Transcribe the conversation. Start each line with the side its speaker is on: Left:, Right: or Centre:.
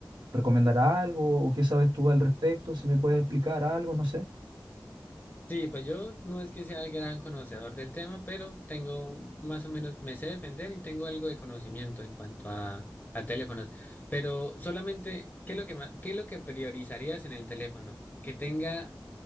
Right: recomendar algo o qué sabes tú al respecto, si me puedes explicar algo, no sé.
Left: Sí, pues yo no es que sea el gran conocedor del tema, pero tengo más o menos, me sé defender y tengo algo de conocimiento en cuanto a, a teléfonos. Pero solamente, ¿qué es lo que ma- qué es lo que priorizarías en el teléfono? ¿Que tenga